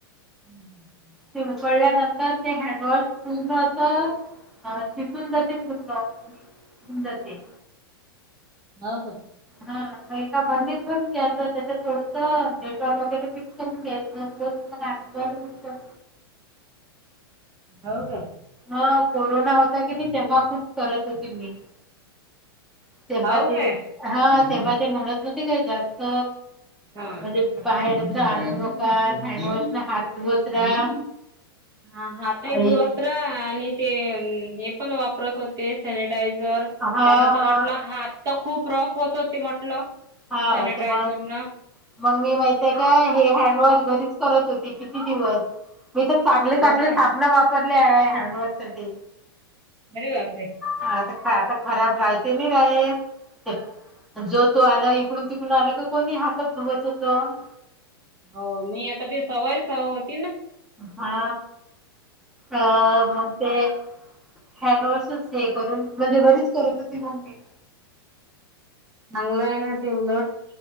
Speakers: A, on the right; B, in the centre.
A: हम् ह
B: ते उकळल्यानंतर ते हँडवॉश पूर्ण होत. अ शिजून जाते पूर्ण मिक्स हून जाते.
A: मग?
B: हा. मग एका बरणीत भरून घ्यायचं त्याच्यात थोडसं डेटॉल वगैरे मिक्स करून घ्यायचं. <unintelligible> अच्छा.
A: हो काय?
B: मग कोरोना होता की नाही तेव्हा खूप करत होती मी. तेव्हा
A: हो
B: ते
A: काय
B: हा तेव्हा ते म्हणत नव्हते काय जास्त
A: हा.
B: म्हणजे बाहेरच आणू नका हँडवॉश न हात धुवत राहा.
A: हा हा आपले
B: आई
A: धुवत रा आणि ते हे पण वापरत होते सॅनिटायझर.
B: हा
A: त्यान तर
B: हा
A: म्हटलं हात तर खूप रफ होत होते म्हटलं.
B: हा
A: सॅनिटायझर
B: तर मग
A: न
B: मग मी माहिती ते काय हे हँडवॉश घरीच करत होती किती दिवस मी तर चांगले
A: हो
B: चांगले
A: काय
B: साबण वाप वापरले आहे हँडवॉश साठी.
A: अरे बापरे
B: नाही त काय? तो खराब राईटीमीराय ते जो तो आल के इकडून तिकडून आलं का कोणी हात धुवत होतं.
A: हो नाही आता ते सवय स होत.
B: हा अ मग ते हँडवॉशच हे करून म्हणजे घरीच करत होती मग् मी
A: चांगलं आहे ना ते उलट